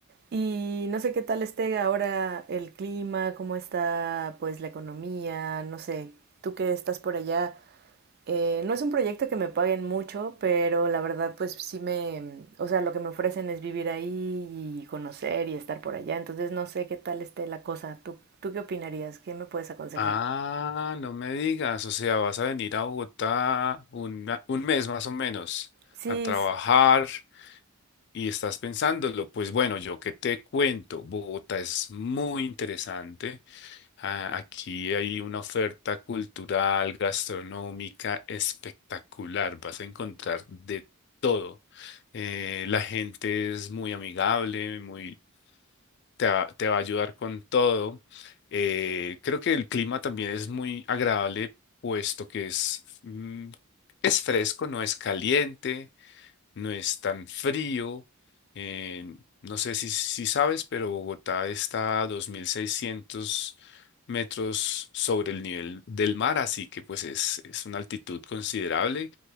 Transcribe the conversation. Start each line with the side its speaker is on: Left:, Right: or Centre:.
Right: y no sé qué tal esté ahora el clima, cómo está pues la economía, no sé, tú que estás por allá, Eh, no es un proyecto que me paguen mucho, pero la verdad pues sí me, o sea, lo que me ofrecen es vivir ahí y conocer y estar por allá, entonces no sé qué tal esté la cosa. ¿Tú, tú qué opinarías? ¿Qué me puedes aconsejar?
Left: Ah, no me digas. O sea, vas a venir a Bogotá una- un mes más o menos
Right: Sí,
Left: a trabajar. y estás pensándolo, pues bueno, yo qué te cuento, Bogotá es muy interesante. Ah, aquí hay una oferta cultural, gastronómica espectacular, vas a encontrar de todo. Eh, la gente es muy amigable, muy, te va, te va a ayudar con todo. Eh, creo que el clima también es muy agradable, puesto que es, mm, es fresco, no es caliente no es tan frío. eh, no sé si, si sabes, pero Bogotá está a 2.600 metros sobre el nivel del mar, así que pues es, es una altitud considerable